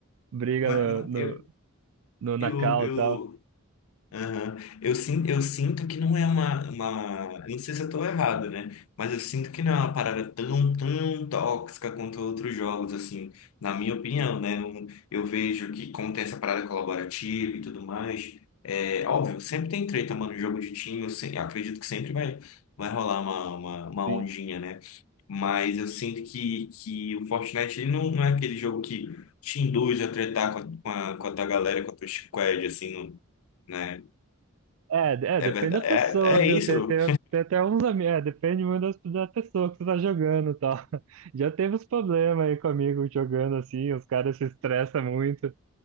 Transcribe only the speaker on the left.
mas ma-
eu,
eu,
eu,
Aham. Eu, sin- eu sinto que não é uma, uma. Não sei se eu tô errado, né? Mas eu sinto que não é uma parada tão, tão tóxica quanto outros jogos, assim, na minha opinião, né? Um- Eu, vejo que, como tem essa parada colaborativa e tudo mais, é óbvio, sempre tem treta, mano, jogo de time, eu, se- eu acredito que sempre vai, vai rolar uma, uma, uma
ondinha, né? Mas eu sinto que, que o Fortnite ele não, não é aquele jogo que te induz a tretar com a, com a, com a tua galera, com a tua squad, assim, não né?
É
verdade.
É, é
isso.